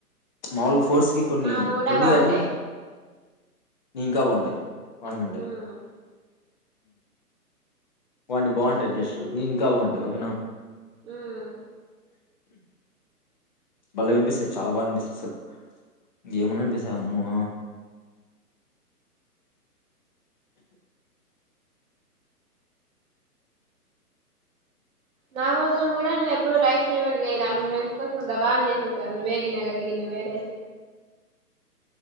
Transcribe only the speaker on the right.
మావి కూడా
బాగుంటాయి
ఉమ్
ఉమ్
నా కోసం కూడా నువ్ ఎప్పుడు రైస్ చేయమని చేయలా మీ ఫ్రెండ్స్ సంందాని చేసేసావ వేగిన కడిగి నవ్ వేరే